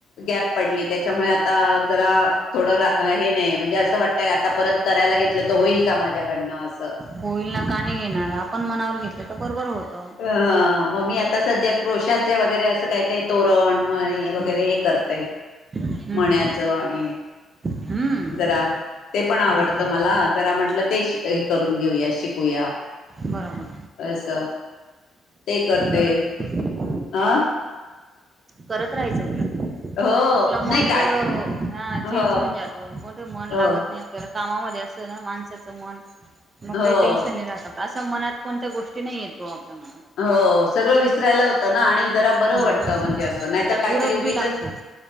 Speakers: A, on the left (about 75°); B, on the right (about 35°).
A: गॅप पडली त्याच्यामुळे आता जरा थोडं रा हे नाही म्हणजे असं वाटत आता परत करायला घेतलं तर होईल का माझ्याकडनं असं
B: होईल ना का नाही घेणार आपण मनावर घेतलं तर बरोबर होतं
A: अ मग ममी आता सध्या क्रोशाचे वगैरे असं काय काही तोरण म वगैरे
B: हम्म
A: हे करते
B: हम्म
A: मण्याचं
B: हम्म
A: आणि
B: हम्म
A: जरा ते पण आवडतं
B: हम्म हम्म
A: मला जरा म्हटलं ते करून घेऊया शिकूया
B: बराबर
A: अस ते करतेय
B: करत हा
A: हा
B: करत राहायचं उलट
A: हो
B: आपलं मन
A: नाही काय
B: तेवढं हा
A: हो
B: चेंज होऊन जात मोठे मन
A: हो
B: लागत नाही तर कामामध्ये असलं ना माणसाचं मन मग
A: हो
B: काही टेन्शन नाही राहत अशा मनात कोणत्या गोष्टी नाही आहेतेत भाऊ आपल्या मना
A: हो सगळं विसरायला होतं ना आणि जरा बरं
B: हम्म
A: वाटतं म्हणजे अस नाही तर काहीतरी
B: उरक
A: उगीचच
B: बी लागतो